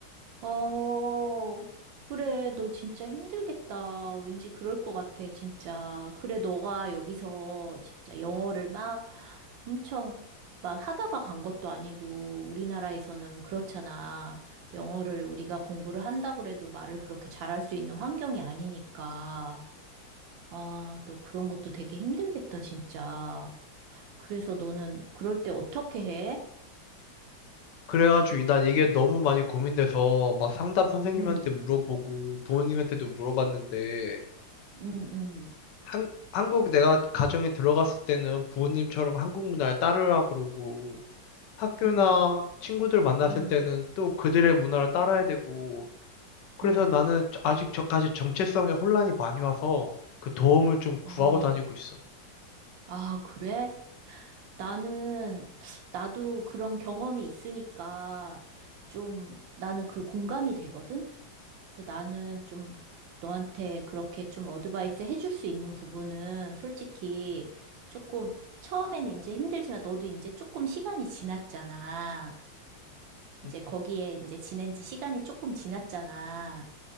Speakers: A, on the right (about 80°); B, on the left (about 75°).
A: 어, 그래, 너 진짜 힘들겠다. 왠지 그럴 것 같아, 진짜. 그래, 너가 여기서 진짜 영어를 막 엄청 막 하다가 간 것도 아니고, 우리나라에서는 그렇잖아. 영어를 우리가 공부를 한다고 해도 말을 그렇게 잘할 수 있는 환경이 아니니까. 아, 너 그런 것도 되게 힘들겠다, 진짜. 그래서 너는 그럴 때 어떻게 해?
B: 그래가지고 난 이게 너무 많이 고민돼서 막 상담 선생님한테
A: 응,
B: 물어보고 부모님한테도 물어봤는데
A: 응, 응,
B: 한, 한국 내가 가정에 들어갔을 때는 부모님처럼 한국 문화를 따르라 그러고 학교나
A: 응,
B: 친구들 만났을
A: 응,
B: 때는 또 그들의 문화를 따라야 되고 그래서
A: 응.
B: 나는 저- 아직 저까지 정체성에 혼란이 많이 와서 그 도움을 좀 구하고
A: 아.
B: 다니고 있어.
A: 아, 그래? 나는, 나도 그런 경험이 있으니까 좀 나는 그 공감이 되거든? 그래서 나는 좀 너한테 그렇게 좀 어드바이스 해줄 수 있는 부분은 솔직히 조금 처음에는 이제 힘들지만 너도 이제 조금 시간이 지났잖아.
B: 음,
A: 이제 거기에 이제 지낸 지 시간이 조금 지났잖아.